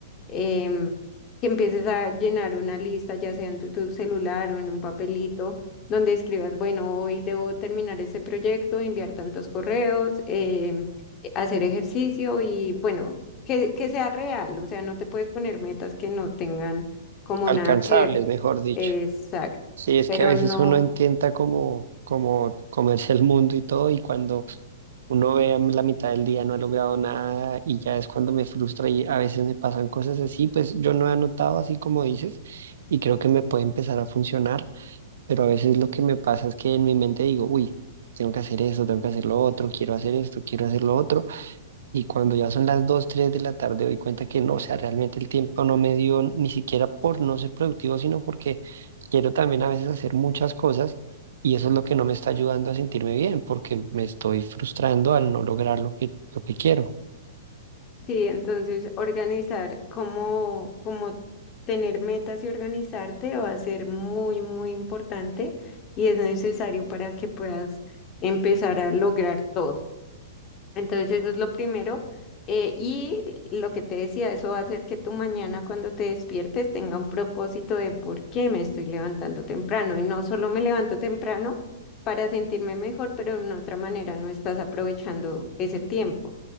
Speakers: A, on the left; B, on the right.
A: em, que empieces a llenar una lista, ya sea en tu tu celular o en un papelito donde escribas, bueno, hoy debo terminar ese proyecto, enviar tantos correos, em, eh, hacer ejercicio y bueno, que, que sea real, o sea, no te puedes poner metas que no tengan como
B: Alcanzables,
A: nada que ver.
B: mejor dicho.
A: Exacto,
B: Sí, es
A: pero
B: que a veces
A: no,
B: uno intenta como, como comerse el mundo y todo, y cuando uno ve a la mitad del día no ha logrado nada y ya es cuando me frustra y a veces me pasan cosas así, pues yo no he anotado así como dices y creo que me puede empezar a funcionar, pero a veces lo que me pasa es que en mi mente digo, uy, tengo que hacer esto, tengo que hacer lo otro, quiero hacer esto, quiero hacer lo otro. Y cuando ya son las 2 3 de la tarde, doy cuenta que no, o sea, realmente el tiempo no me dio ni siquiera por no ser productivo, sino porque quiero también a veces hacer muchas cosas y eso es lo que no me está ayudando a sentirme bien, porque me estoy frustrando al no lograr lo que, lo que quiero.
A: sí, entonces organizar como, como tener metas y organizarte va a ser muy, muy importante y es necesario para que puedas empezar a lograr todo. Entonces eso es lo primero. eh, y lo que te decía, eso va a hacer que tu mañana cuando te despiertes tenga un propósito de por qué me estoy levantando temprano. Y no solo me levanto temprano para sentirme mejor, pero de una otra manera no estás aprovechando ese tiempo.